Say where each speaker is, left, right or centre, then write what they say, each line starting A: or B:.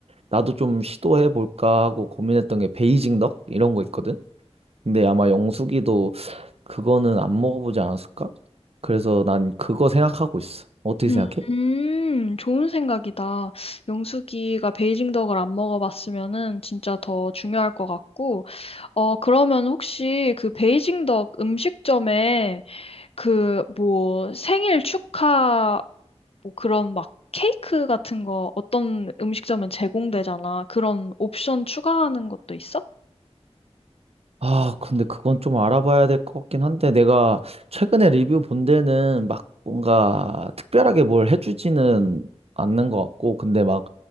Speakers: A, on the right; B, on the left.
A: 나도 좀 시도해볼까 하고 고민했던 게 베이징 덕? 이런 거 있거든? 근데 아마 영숙이도 그거는 안 먹어보지 않았을까? 그래서 난 그거 생각하고 있어. 어떻게
B: 음,
A: 생각해?
B: 음, 좋은 생각이다. 영숙이가 베이징 덕을 안 먹어봤으면은 진짜 더 중요할 것 같고, 어, 그러면 혹시 그 베이징 덕 음식점에 그, 뭐, 생일 축하, 뭐 그런 막 케이크 같은 거 어떤 음식점은 제공되잖아. 그런 옵션 추가하는 것도 있어?
A: 아, 근데 그건 좀 알아봐야 될 것 같긴 한데, 내가 최근에 리뷰 본 데는 막 뭔가 특별하게 뭘 해주지는 않는 것 같고, 근데 막